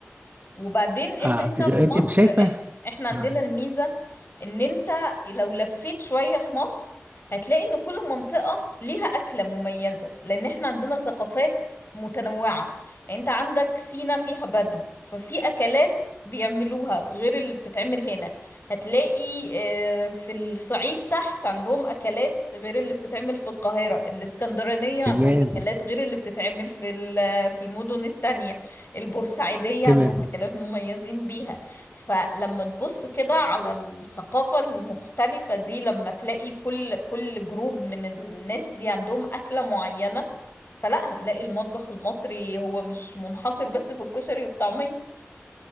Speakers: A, on the left; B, on the right.
A: وبعدين انت
B: أه
A: هنا
B: إذا
A: في مصر
B: أنت شايفة
A: إح احنا عندنا
B: أه
A: الميزة ان انت لو لفيت شوية في مصر هتلاقي ان كل منطقة ليها أكلة مميزة لان احنا عندنا ثقافات متنوعة يعني انت عندك سينا فيها بدو ففي أكلات بيعملوها غير اللي بتتعمل هنا هتلاقي آه، في الصعيد تحت عندهم أكلات غير اللي بتتعمل في القاهرة الإسكندرانية عندهم
B: تمام
A: أكلات غير اللي بتتعمل في ال- في المدن التانية البورسعيدية
B: تمام
A: عندهم أكلات مميزين بيها فلما تبص كده على الثقافة المختلفة دي لما تلاقي كل كل جروب من الناس دي عندهم أكلة معينة فلا هتلاقي المطبخ المصري هو مش منحصر بس في الكشري والطعمية